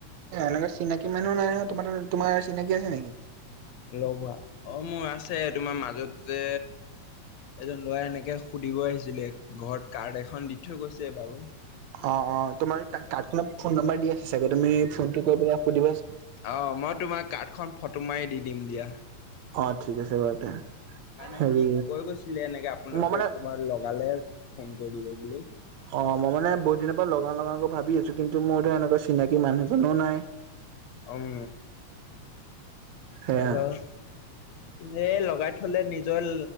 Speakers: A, on the right (about 75°); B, on the left (about 75°).
A: এনেকুৱা চিনাকি মানুহ নাই নহয়। তোমাৰ তোমাৰ চিনাকি আছে নেকি?
B: লগোৱা, অঁ মোৰ আছে। তোমাৰ মাজতে যে এজন ল'ৰা এনেকে সুধিব আহিছিলে, ঘৰত কাৰ্ড এখন দি থৈ গৈছে বাৰু।
A: অঁহ অঁহ। তোমাৰ কাৰ্ডখনত ফোন নম্বৰ দিয়া আছে চাগে, তুমি ফোনটো কৰি পেলাই সুধিবাচোন।
B: অঁহ মই তোমাক কাৰ্ডখন ফটো মাৰি দি দিম দিয়া।
A: অ', ঠিক আছে বাৰু তে
B: মানে
A: হেৰি
B: সি কৈ গৈছিলে এনেকে আপোনালোকে
A: মই মানে
B: কবাত লগালে ফোন কৰি দিব বুলি।
A: অঁহ মই মানে বহুত দিনৰ পৰা লগাম-লগাম ভাবি আছো, কিন্তু মোৰ ধৰ এনেকে চিনাকি মানুহ-চানু নাই।
B: উম।
A: সেয়া
B: হয় বাৰু, কিন্তু এই লগাই থ'লে নিজৰ